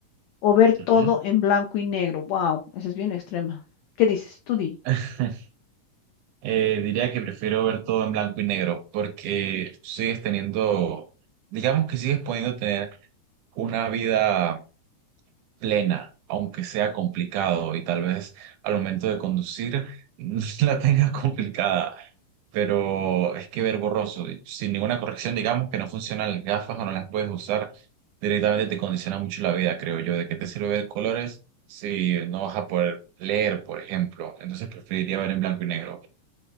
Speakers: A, on the left; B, on the right.
A: o ver todo
B: Ujú.
A: en blanco y negro? Wow, esa es bien extrema. ¿Qué dices? Tú di.
B: <laughs> Eh, diría que prefiero ver todo en blanco y negro porque sigues teniendo, digamos que sigues pudiendo tener una vida plena, aunque sea complicado y tal vez al momento de conducir <laughs> la tengas complicada, pero es que ver borroso, sin ninguna corrección, digamos que no funcionan las gafas o no las puedes usar, directamente te condiciona mucho la vida, creo yo. ¿De qué te sirve ver colores si no vas a poder leer, por ejemplo? Entonces preferiría ver en blanco y negro.